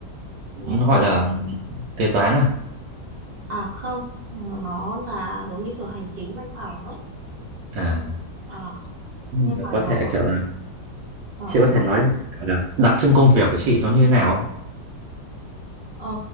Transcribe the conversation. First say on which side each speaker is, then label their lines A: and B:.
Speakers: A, on the right; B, on the right.
A: nên
B: Nó
A: là
B: gọi là kế toán à?
A: à không nó là giống như kiểu hành chính văn phòng ấy
B: À,
A: à,
B: nhưng
A: nhưng
B: mà
A: mà
B: có
A: nó
B: thể kiểu là
A: ờ,
B: chị có thể
A: nó-
B: nói kiểu là đặc trưng công việc của chị nó như thế nào không?
A: ờ,